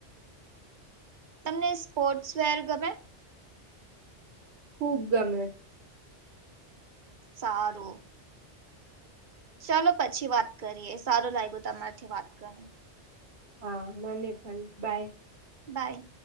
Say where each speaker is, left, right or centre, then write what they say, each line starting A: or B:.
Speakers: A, on the right (about 50°); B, on the right (about 65°).
A: તમને સ્પોર્ટ્સ વેર ગમે.
B: ખુબ ગમે.
A: સારું. ચાલો પછી વાત કરીએ સારું લાગ્યું તમારથી વાત કરી.
B: હા મને પણ બાય.
A: બાય